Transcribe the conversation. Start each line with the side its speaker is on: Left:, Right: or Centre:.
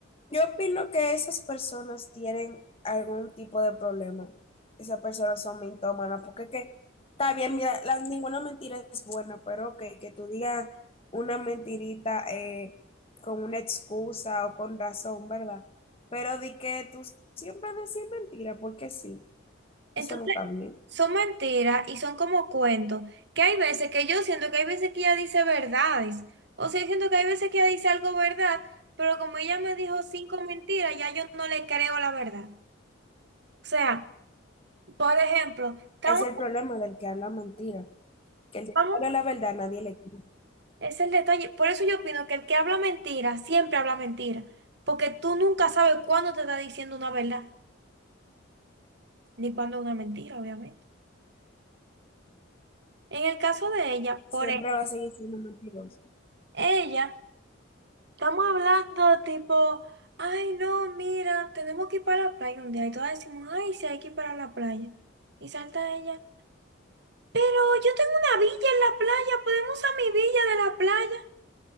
Left: yo opino que esas personas tienen algún tipo de problema. Esas personas son mintómanas, porque es que está bien, mira, la- ninguna mentira es buena, pero ok, que tú digas una mentirita eh, con una excusa o con razón, ¿verdad? Pero di que tú siempre decís mentira, porque sí.
Right: Entonces,
Left: Eso no está bien.
Right: son mentiras y son como cuentos. Que hay veces que yo siento que hay veces que ella dice verdades. O sea, yo siento que hay veces que ella dice algo verdad, pero como ella me dijo cinco mentiras, ya yo no le creo la verdad. O sea, por ejemplo, estamos,
Left: Es el problema del que habla mentira. Que el que
Right: vamos.
Left: habla la verdad nadie le cree.
Right: Es el detalle. Por eso yo opino que el que habla mentira siempre habla mentira. Porque tú nunca sabes cuándo te está diciendo una verdad, ni cuándo una mentira, obviamente. En el caso de ella,
Left: Siempre
Right: por ejemplo,
Left: va a seguir siendo mentiroso.
Right: ella, estamos hablando tipo, ay, no, mira, tenemos que ir para la playa un día. Y todas decimos, ay, sí, hay que ir para la playa. Y salta ella, pero yo tengo una villa en la playa, podemos a mi villa de la playa.